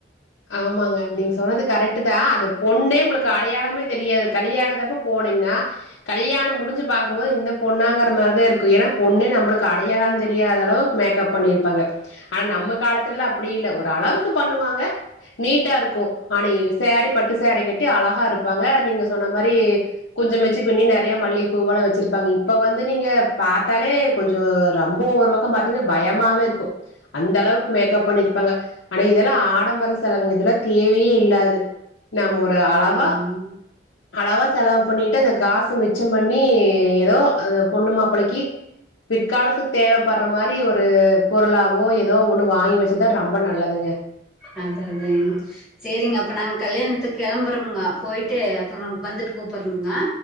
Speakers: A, on the left; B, in the centre.
A: ஆமாங்க நீங்க சொன்னது கரெக்ட் தான் அது பொண்ணே உங்களுக்கு அடையாளமே தெரியாது கல்யாண தப்ப போனீங்கன்னா கல்யாணம் முடிஞ்சு பா்க்கும் போது இந்த பொண்ணாங்கிற மாரிதான் இருக்கும் ஏன்னா பொண்ணே நம்மளுக்கு அடையாளம் தெரியாத அளவுக்கு மேக்கப் பண்ணிருப்பாங்க ஆனா நம்ம காலத்துல அப்டி இல்ல ஒரு அளவுக்கு பண்ணுவாங்க நீட்டா இருக்கும் ஆனை சேரீ பட்டு சேரீ கட்டி அழகா இருப்பாங்க நீங்க சொன்ன மாரி கொஞ்சமெச்சு பின்னி நெறைய மல்லிப்பூ போல வச்சிருப்பாங்க இப்ப வந்து நீங்க பாாத்தாலே கொஞ்சம் ரொம்ப ஒரு பக்கம் பாத்தீங்கன்னா பயமாவே இருக்கும் அந்த அளவுக்கு மேக்கப் பண்ணிருப்பாங்க ஆனா இதெல்லாம் ஆடம்பர செலவுங்க இதெல்லாம் தேவையே இல்லாது நம்ம ஒரு அளவா
B: ஆமாங்க
A: அளவா செலவு பண்ணிட்டு அந்த காசு மிச்சம் பண்ணி ஏதோ அந்த பொண்ணு மாப்பிளைைக்கு பிற்காலத்துக்கு தேவைப்படுற மாரி ஒரு பொருளாவோ ஏதோ ஒண்ணு வாங்கி வச்சதா ரொம்ப நல்லதுங்க
B: அதான் அதன் செரிங்க அப்போ நாங்க கல்யாணத்துக்கு கிளம்புறோங்க போயிட்டு அப்றம் வந்துட்டு கூப்டறனங்க